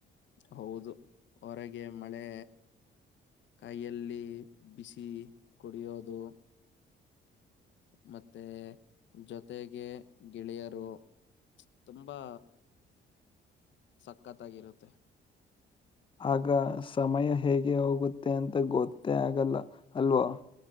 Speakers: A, on the left; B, on the left.
A: ಹೌದು ಹೊರಗೆ ಮಳೆ, ಕೈಯಲ್ಲಿ ಬಿಸಿ ಕುಡಿಯೋದು ಮತ್ತೆ ಜೊತೆಗೆ ಗೆಳೆಯರು ತುಂಬಾ ಸಕ್ಕತ್ತಾಗಿರುತ್ತೆ.
B: ಆಗ ಸಮಯ ಹೇಗೆ ಹೋಗುತ್ತೆ ಅಂತ ಗೊತ್ತೇ ಆಗಲ್ಲ. ಅಲ್ವಾ